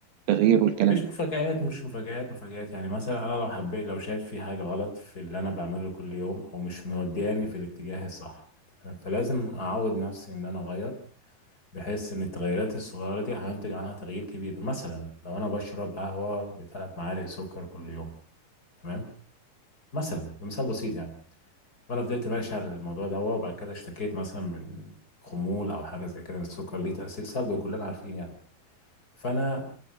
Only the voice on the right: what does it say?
التغيير والكلام
ده